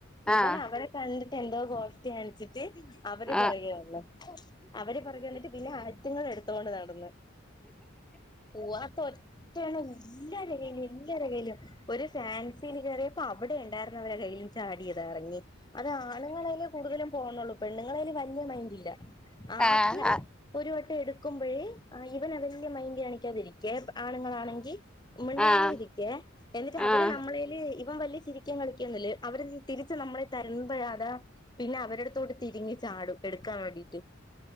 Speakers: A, on the left (about 20°); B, in the centre.
A: ഇവൻ
B: ആഹ്
A: അവരെ കണ്ടി ട്ടെന്തോ ഗോഷ്ട്ടി കാണിച്ചിട്ട് അ പൊറകെ
B: ആഹ്
A: വന്ന് അവര് പൊറകെ വന്നിട്ട് പിന്നെ അ തുങ്ങളെടുത്തോണ്ട് നടന്ന് പോവാത്ത ഒ റ്റെണ്ണവു എല്ലാരെ കൈയിലും എല്ലാരെ കൈയിലും ഒരു ഫാൻസിൽ കേറിയപ്പോ അവിടെ ഒണ്ടായിരുന്നവരെ കയ്യിലും ചാടിയത എറങ്ങി. അത് ആണുങ്ങളെലെ കൂടുതലും പോവ്ന്നുള്ളൂ പെണ്ണുങ്ങളെല് വ പിന്നെ മൈൻഡില്ല. ആദ്യം
B: ആഹ് ആഹ്
A: ഒരു വ ട്ടം എടുക്കുമ്പഴേ ഏ ഇവൻ അത് വല്ല്യ മൈൻഡ് കാണിക്കാതിരിക്കെ <unintelligible> ആണുങ്ങളാണെങ്കി മിണ്ടാതിരിക്കേ
B: ആഹ്
A: എന്നിട്ട് അവര്
B: ആഹ്
A: നമ്മളെല് ഇ ഇവൻ വല്യ ചിരിക്കേം കളിക്കൊന്നും ഇല്ലേ അവര് തിരിച്ച് നമ്മളെ തരുമ്പഴടാ പിന്നെ അവരടുത്തോട്ട് തിരിഞ്ഞു ചാടും. എടുക്കാൻ വേണ്ടി ട്ട്